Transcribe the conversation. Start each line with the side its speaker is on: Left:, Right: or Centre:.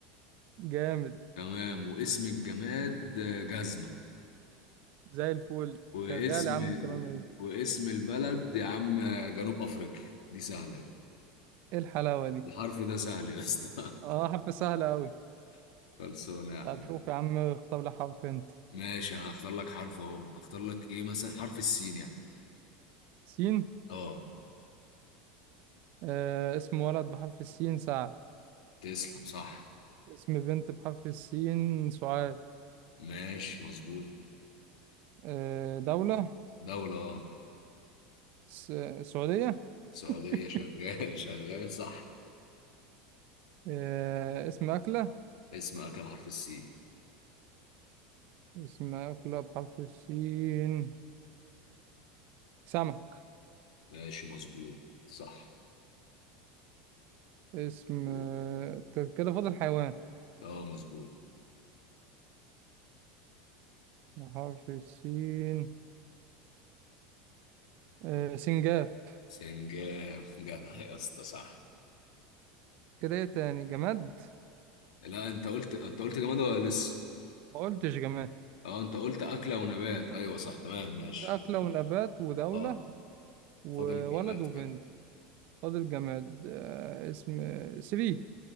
Right: جامد
Left: تمام واسم الجماد جزمة
Right: زي الفل
Left: واسم
Right: شغال يا عم
Left: ال...
Right: تمام ايه
Left: واسم البلد يا عم جنوب افريقيا دي سهلة
Right: ايه الحلاوة دي
Left: الحرف ده سهل يا اسطى
Right: اه حرف سهلة أوي
Left: <laughs> خلصانه يا عم
Right: طب شوف يا عم اختار لي حرف انت
Left: ماشي انا هختار لك حرف اهو اختار لك ايه مثلا حرف السين يعني
Right: سين
Left: اه
Right: آه اسم ولد بحرف السين سعد
Left: تسلم صح
Right: اسم بنت بحرف السين سعاد
Left: ماشي مظبوط
Right: آه دولة
Left: دولة اه
Right: س... سعودية
Left: سعودية
Right: <laughs>
Left: شغال <laughs> شغال صح
Right: آه اسم أكلة
Left: اسم اكل حرف السين
Right: اسم أكلة بحرف السين سمك
Left: ماشي مظبوط صح
Right: اسم
Left: مظبوط
Right: آه، كده فاضل حيوان
Left: اه مظبوط
Right: بحرف السين آه سنجاب
Left: سنجاب <laughs> جدع يا اسطى صح
Right: كده ايه تاني جماد
Left: لا انت قلت انت قلت جماد ولا لسه
Right: ما قلتش جماد
Left: اه انت قلت اكلة ونبات ايوه صح تمام ماشي
Right: أكلة ونبات ودولة
Left: اه
Right: وولد
Left: فاضل الجماد
Right: وبنت
Left: كده
Right: فاضل جماد آه، اسم سري